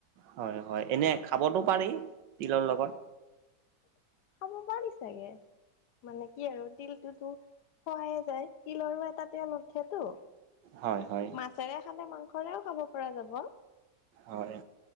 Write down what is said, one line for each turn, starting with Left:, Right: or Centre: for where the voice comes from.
Right: হয় হয় এনে খাবতো পাৰি তিলৰ লগত।
Left: খাব পাৰি চাগে। মানে কি আৰু তিলটোতো খোৱাই যায় তিলৰো এটা তেল উঠেটো।
Right: হয় হয়।
Left: মাছেৰে খালে মাংসৰেও খাব পৰা যাব।
Right: হয়